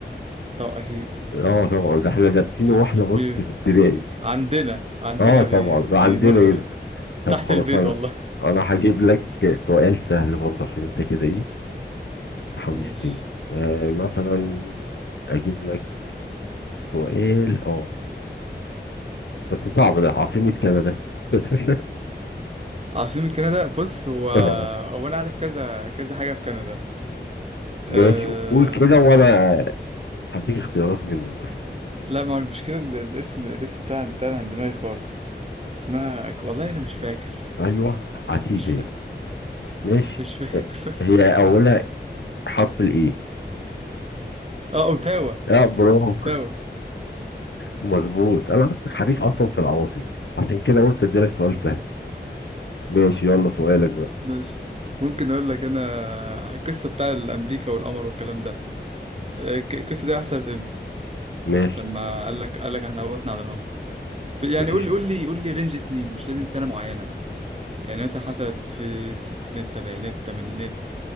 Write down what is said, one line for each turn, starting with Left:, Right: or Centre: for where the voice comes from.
Right: طب اكيد
Left: اه
Right: آه
Left: طبعا ده احنا دارسينه واحنا
Right: طب
Left: بص
Right: بي-
Left: في ابتدائي
Right: عندنا عندنا
Left: اه طبعا
Right: بي
Left: ده
Right: بيمر
Left: عندنا هنا طب
Right: تحت
Left: خلاص
Right: البيت
Left: انا
Right: والله
Left: انا هجيب لك سؤال سهل برضه عشان انت كده ايه حمستني
Right: ماشي
Left: آه مثلا اجيب لك سؤال اه بس صعب ده عاصمة كندا <laughs>
Right: عاصمة كندا بص هو
Left: اه
Right: هو انا عارف كذا كذا حاجة في كندا
Left: ماشي
Right: آه،
Left: قول كده وانا هديك اختيارات منهم مثلا
Right: لا ما هو المشكلة ال- الاسم الاسم بتاع بتاعنا عن دماغي خالص اسمها والله أنا مش فاكر
Left: ايوه هتيجي
Right: مش فاكر
Left: دي. ماشي
Right: مش فاكر
Left: آه،
Right: <laughs> بس
Left: هي اولها حرف الايه
Right: اه أوتاوا
Left: اه برافو
Right: أوتاوا
Left: مظبوط انا عارفك حريف اصلا في العواصم عشان كده قلت اديلك سؤال سهل ماشي
Right: يلا
Left: يلا سؤالك بقى
Right: ماشي ممكن أقول لك أنا القصة بتاع الأمريكا والقمر والكلام ده آه، ك- القصة دي حصلت إمتى؟
Left: ماشي
Right: لما قال لك قال لك إحنا هبطنا على القمر في- يعني
Left: مفيش
Right: قول لي قول لي قول لي رينج سنين مش لازم سنة معينة يعني مثلا حصلت في الستينات سبعينات تمانينات